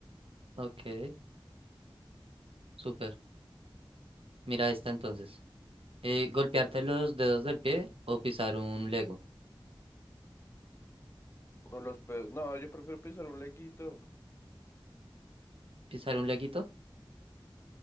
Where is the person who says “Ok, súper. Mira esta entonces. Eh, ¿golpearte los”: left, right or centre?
Right